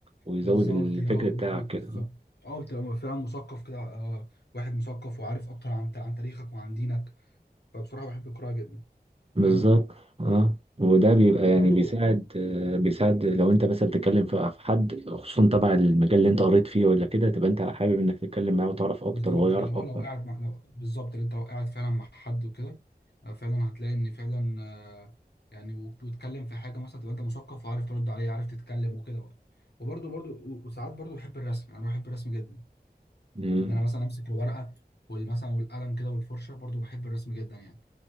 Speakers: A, on the right; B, on the left.
A: ويزود
B: بالظبط
A: الفكر
B: هي أه
A: بتاعك
B: ب- ب-
A: كده
B: بالظبط أه بتبقى فعلا مثقف كده آه، واحد مثقف وعارف أكتر عن عن تاريخك وعن دينك فبصراحة بحب القراءة جدا
A: بالظبط
B: فاهم
A: اه وده بيبقى
B: وبرضه
A: يعني بيساعد آه، بيساعد لو انت مثلا بتتكلم في في حد خصوصا تبع المجال اللي انت قريت فيه ولا كده تبقى انت حابب انك تتكلم معاه وتعرف
B: بالظبط
A: اكتر وهو يعرف
B: كده هو
A: اكتر
B: لو قاعد مع لو بالظبط اللي انت لو قاعد فعلا مع حد وكده آه، فعلا هتلاقي ان فعلا آه، يعني وت- وتتكلم في حاجه مثلا تبقى انت مثقف وعارف ترد عليه عارف تتكلم وكده برضه وبرضه برضه و- وساعات برضه بحب الرسم يعني انا بحب الرسم جدا
A: مم.
B: ان انا مثلا امسك الورقه والمثلا والقلم كده والفرشه برضه بحب الرسم جدا يعني